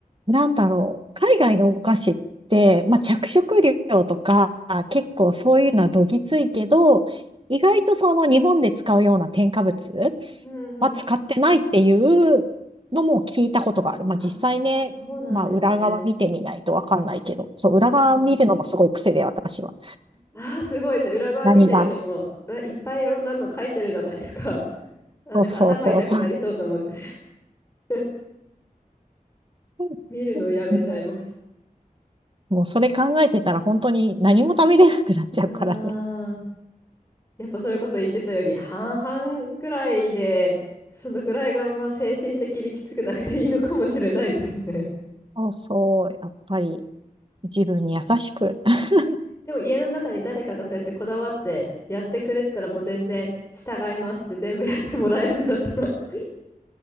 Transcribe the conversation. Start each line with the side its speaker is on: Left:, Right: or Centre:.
Right: なんだろう。海外のお菓子って、まあ、着色料とか、結構そういうのはどぎついけど、意外とその日本で使うような添加物
Left: うんうん。
Right: は使ってないっていうのも聞いたことがある。まあ、
Left: あ、
Right: 実際ね、
Left: そうなんですね。
Right: まあ、裏側見てみないとわかんないけど、そう、
Left: うんうん。
Right: 裏側見るのもすごい癖で、私は。
Left: ああ、すごいですね。裏側見てるともう、
Right: 何が。
Left: うわいっぱいいろんなの書いてるじゃないですか。<laughs> あ、
Right: そうそうそうそう。
Left: なんか頭痛くなりそうと思って <laughs>
Right: <laughs>
Left: 見るのをやめちゃいます。
Right: もう、もうそれ考えてたら本当に何も食べれなくなっちゃうからね。
Left: ああ、やっぱそれこそ言ってたように、半々くらいで、そのくらいがまあ精神的にきつくなくていいのかもしれないですね。
Right: <laughs> そうそう、やっぱり自分に優しく。<laughs>
Left: <laughs> でも家の中に誰かがそうやってこだわってやってくれてたらもう全然従いますって全部やってもらえるんだったら <laughs>